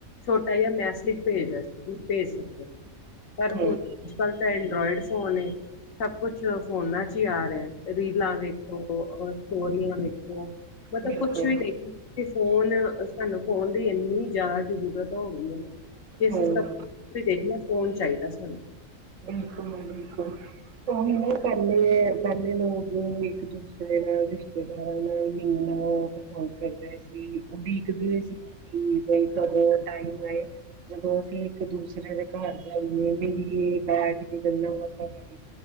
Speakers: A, on the left; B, on the right.
A: ਛੋਟਾ ਜਿਹਾ ਮੈਸਲੀ। ਭੇਜਦਾ ਭੇਜ ਸਕਦੇ ਹੋ ਪਰ ਹੁਣ
B: ਹੂੰ,
A: ਅੱਜ ਕੱਲ ਤਾਂ ਐਂਡਰਾੋਇਡ ਫੋਨ ਸਭ ਕੁਛ ਫੋਨਾਂ ਚ ਹੀ ਆ ਰਿਹਾ। ਰੀਲਾਂ ਵੇਖੋ, ਸਟੋਰੀਆਂ ਵੇਖੋ, ਮਤਲਬ
B: ਬਿਲਕੁਲ
A: ਕੁਛ ਵੀ ਦੇਖ ਤੇ ਫੋਨ, ਸਾਨੂੰ ਫੋਨ ਦੀ ਇੰਨੀ ਜ਼ਿਆਦਾ ਜ਼ਰੂਰਤ ਹੋ ਗਈ ਹੈ ਨਾ ਕਿ, ਅਸੀਂ
B: ਹਮ
A: ਸਭ ਕੁ ਦੇਖਣਾ ਫੋਨ ਚਾਹੀਦਾ ਸਾਨੂੰ
B: ਬਿਲਕੁਲ ਜੀ ਬਿਲਕੁਲ ਹ ਪੱਲੇ ਪੱਲੇ ਨੂੰੂ ਇੱਕ ਦੂਸਰੇ ਨਾਲ ਰਿਸ਼ ਨਾਲ ਮਹੀਨਾ ਪਸੰਦ ਕਰਦੇ ਸੀ ਉਹਡੀਕਦੇ ਕਿ ਬਈ ਕਦੋਂ ਟਾਈਮ ਆਏ ਜਦੋਂ ਅਸੀਂ ਇੱਕ ਦੂਸਰੇ ਦੇ ਘਰ ਜਾਈਏ, ਮਲੀਏ ਬੈਠ ਕੇ ਗੱਲਾਂ ਬਾਤਾਂ ਕਰੀਏ